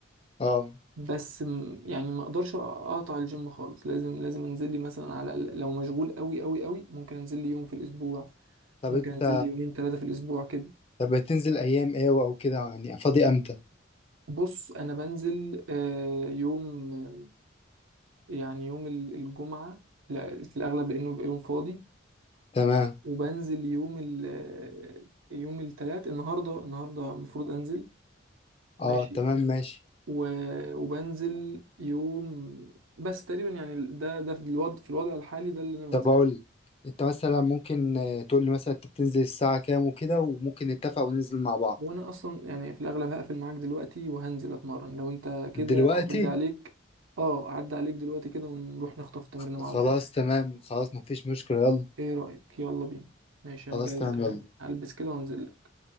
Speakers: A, on the left; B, on the right.
A: آه
B: بس م- يعني ما اقدرش اقطع الجيم خالص لازم لازم انزل لي مثلا على الأقل- لو مشغول قوي قوي قوي ممكن انزل لي يوم في الاسبوع
A: طب
B: ممكن
A: أنت
B: انزل لي يومين ثلاثة في الاسبوع كده
A: طب بتنزل أيام إيه أو كده يعني فاضي أمتى
B: بص انا بنزل آه، يوم يعني يوم ال- الجمعة لا في الاغلب لانه بيبقى يوم فاضي
A: تمام
B: وبنزل يوم ال آه، يوم الثلاث النهارده النهارده المفروض انزل ماشي
A: اه تمام ماشي
B: و- وبنزل يوم بس تقريبا يعني ده ده في الوضع في الوضع الحالي ده اللي انا بنزله
A: طب اقول لك، انت مثلا ممكن آه، تقول لي مثلا انت بتنزل الساعة كام وكده وممكن نتفق وننزل مع بعض
B: وانا اصلا يعني في الاغلب هقفل معاك دلوقتي وهنزل اتمرن لو انت كده
A: دلوقتي
B: عدى عليك اه عدى عليك دلوقتي كده ونروح نخطف تمرين مع
A: خلاص
B: بعض
A: تمام خلاص مفيش مشكلة يلا
B: ايه رأيك يلا بينا ماشي انا
A: خلاص
B: جاي
A: تمام
B: لك حالا
A: يلا
B: هلبس كده وانزل لك